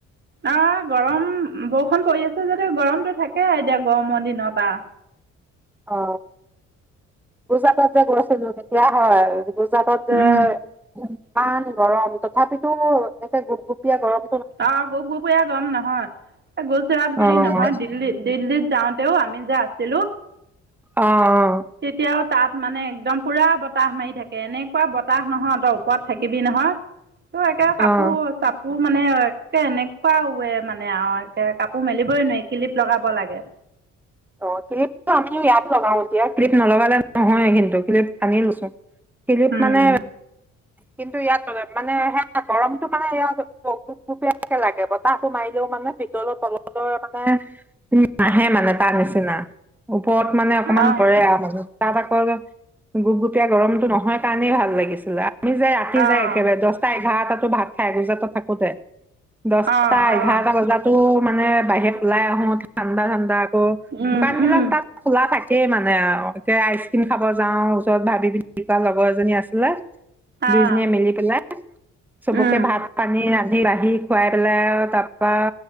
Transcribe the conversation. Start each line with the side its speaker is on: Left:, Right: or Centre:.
Right: অ গৰম বৰষুণ পৰি আছে যাতে গৰমটো থাকে আউ এতিয়া গৰমৰ দিনৰ পৰা।
Centre: অ পইচা পোৱা যে গৈছা তেন্তে সেইয়া হয়। জাগাতে
Right: উম
Centre: ইমান গৰম তথাপিতো এনেকে গোপগুপীয়া গৰম।
Right: অ গোপগোপীয়া গৰম নহয় গুজৰাট বুলি
Centre: অ',
Right: নহয় দিল্লী দিল্লীত। যাওঁতেও আমি যে আহিলোঁ।
Centre: অ-অ-অ
Right: তেতিয়াও তাত মানে একদম পুৰা বতাহ মাৰি থাকে এনেকুৱা বতাহ নহয় তই ওপৰত থাকিবি নহয়। এতিয়া কাপোৰ
Centre: অ'। অ',
Right: চাপ মানে একে এনেকুৱা ওৱে মানে আৰু একে কাপোৰ ক মেলিবই নোৱাৰি কিলিপ লগাব লাগে। কে
Centre: অ ক্লিপটো আমি ইয়াত লগাও এতিয়া ক্লিপ নলগালে নহয় কিন্তু ক্লিপ আনি লৈছো। ক্লিপ
Right: উম
Centre: মানে কিন্তু ইয়াত মানে গৰমতটো মানে ইয়াত গোপগোপীয়াকৈ লাগে বতাহটো মাৰিলেও মানে ভিতৰতো তলতো মানে নাহে মানে। আছে না ওপৰত মানে অকমান
Right: অ'
Centre: পৰে আৰু তাত আকৌ গোপগোপীয়া গৰমটো নহয় কাৰণেই ভাল লাগিছিলে। আমি যাই ৰাতি
Right: অ'
Centre: যায় একেবাৰে দহটা এঘাৰটাত টো ভাত খাই এগোজাতো থাকোতে। দশটা
Right: অ' অ'
Centre: এঘাৰটা বজাতো। মানে বাহিৰ ওলাই আহো ঠাণ্ডা ঠাণ্ডা দোকান
Right: উম
Centre: বিলাক
Right: উম
Centre: তাত খোলা থাকে। থাকেই মানে আইচ ক্ৰীম খাব যাওঁ ওচৰত ভাবি দীপিকা লগৰ এজনী আছিলে দুইজনীয়ে
Right: অ'
Centre: মিলি ডিনে চবকে
Right: উম
Centre: ভাত - পানী ৰান্ধি বাঢ়ি খুৱাই পেলাই তা পা।